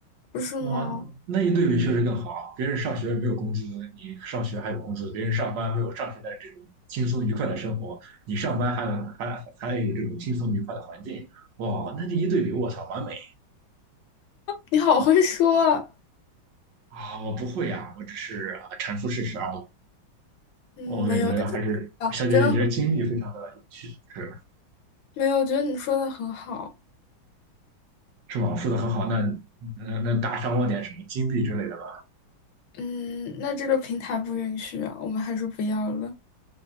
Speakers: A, on the left; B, on the right.
A: 不是吗？
B: 哇，那一对比确实更好啊。别人上学没有工资，你上学还有工资；别人上班没有上学的这种轻松愉快的生活，你上班还有还还有这种轻松愉快的环境。哇，那这一对比，我操，完美
A: 你好会说啊，
B: 啊！我不会啊，我只是啊阐述事实而已。
A: 嗯，
B: 我感觉还是小姐姐，
A: 没有，但是啊，真的很
B: 你这经历非常的有趣，是
A: 没有，我觉得你说的很好，
B: 是吗？说的很好。那那那打赏我点什么金币之类的吧？
A: 嗯，那这个平台不允许啊，我们还是不要了。